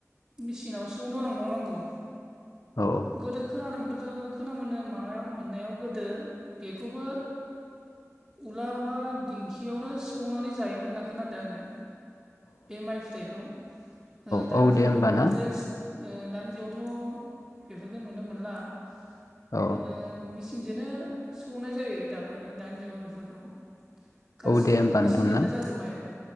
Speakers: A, on the right (about 15°); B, on the left (about 80°).
A: मेचिनाव सौनो लांबावनांगौ।
B: औ औ।
A: गोदो खोनानो मोनदोंथ' खोन मोनो माबा मोननायाव गोदो बेखौबो उलार माबा दिंखियावनो सौनानै जायोमोन होन्ना खोनांदों आंङो। बे माइ फिथाइखौ ओ दानि
B: औ दे
A: जुगावथ'
B: होमबा
A: बेफोरजों
B: ना
A: ओ दानि जुगावथ' बेफोरखौ नुनो मोनला ओ
B: औ
A: मिसि मिसिनजोंनो सौनाय जायो दाबो दानि जुगाव बेफोरखौ गासैबो
B: औ दे होमबा
A: मेचिनजोंनो
B: नोंथां ना
A: जाजोब्बाय।